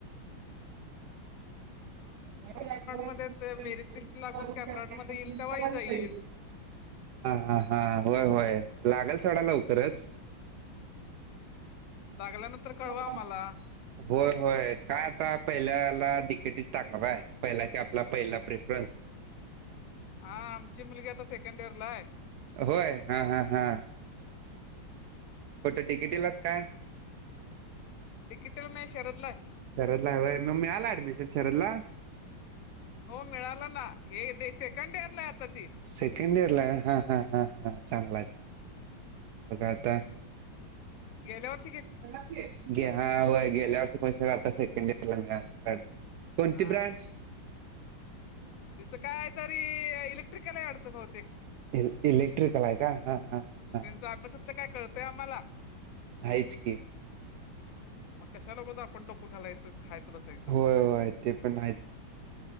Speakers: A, on the right; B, on the left.
A: व <inaudible> <unintelligible>
B: मध्ये मेरिट लिस्ट लागून कॅपराऊंड मध्ये येईल तेव्हाही जाईल
A: हा हा हा होय होय लागेल सोडा लवकरच.
B: लागल्यानंतर कळवा
A: हो
B: आम्हाला
A: नका. होय होय काय आता पहिल्याला डिकेटीस टाकणार आहे पहिला की आपला पहिला प्रेफरन्स.
B: हा आमची मुलगी आता सेकंड इयर ला आहे.
A: होय हा हा हा. कुटं डिकेटीलास काय.
B: डी के टी ल नाही शरदला हाय.
A: शरद ला होय मग मिळालं ऍडमिशन शरदला
B: हो मिळाला ना हे दे सेकंड इयर ला हाय ती.
A: सेकंड इयर ला हा हां हां हां चांगला आहे. मग आत्ता
B: गेल्याव <unintelligible>
A: हा होय गेल्या वर्षी फस्ट आता सेकंड इयर ला मिळालं काय अडच <unintelligible> कोणती
B: हा
A: ब्रांच?
B: तिचं काय तरी इलेक्ट्रिकल आहे वाढत बहुतेक.
A: इल इलेक्ट्रिकल आहे काय हा हा हा हा.
B: त्यांचा अभ्यासातलं काय कळतंय आम्हाला
A: आहेयच की.
B: मग कशाल होत आपण डोकं घालायचं खायत बसायचं.
A: हो हो तेप पण हायच.